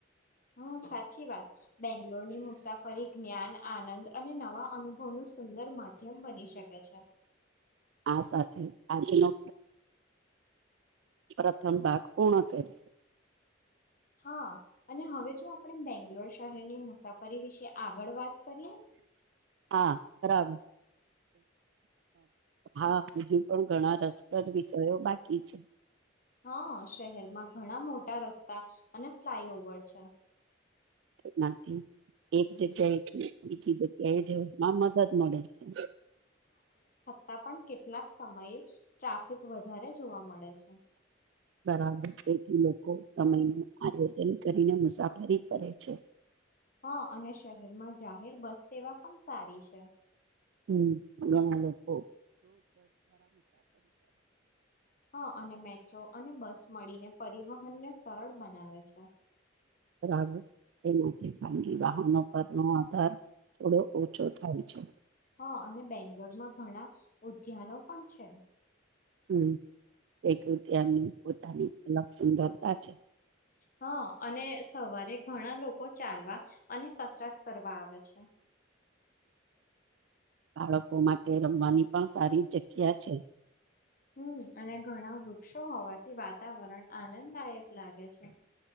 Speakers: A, on the left; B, on the right.
A: હમ સાચી વાત બેંગ્લોરની મુસાફરી જ્ઞાન આનંદ અને નવા અનુભવ નું સુંદર માધ્યમ બની શકે છે
B: આ સાથે આજનો પ્રથમ ભાગ પૂર્ણ કરી
A: હા અને હવે જો આપણે બેંગ્લોર શહેરની મુસાફરી વિશે આગળ વાત કરીએ
B: હા બરાબર હા હજું પણ ઘણા રસપ્રદ વિષયો બાકી છે
A: હા શહેરમાં ઘણા મોટા રસ્તા અને ફ્લાય ઓવર છે
B: એનાથી એક જગ્યા એ થી બીજી જગ્યા એ જવામાં મદદ મળે છે
A: તા પણ કેટલાક સમયે ટ્રાફિક વધારે જોવા મળે છે
B: બરાબર એક મિનિટ સમયનું આયોજન કરીને મુસાફરી કરે છે
A: હા અને શહેરમાં જાહેર બસ સેવા પણ સારી છે
B: હમ ઘણા લોકો
A: હા અને મેટ્રો અને બસ મળીને પરિવહનને સરળ બનાવે છે
B: બરાબર તેમાંથી ખાનગી વાહનો પર નો આધાર થોડો ઓછો થાય છે
A: હા અને બેંગ્લોર માં ઘણા ઉદ્યાનો પણ છે
B: હમ એક રીતે આની પોતાની અલગ સુંદરતા છે
A: હા અને સવારે ઘણા લોકો ચાલવા અને કસરત કરવા આવે છે
B: બાળકો માટે રમવાની પણ સારી જગ્યા છે <inaudible>
A: હમ અને ઘણા વૃક્ષો હોવાથી વાતાવરણ આનંદદાયક લાગે છે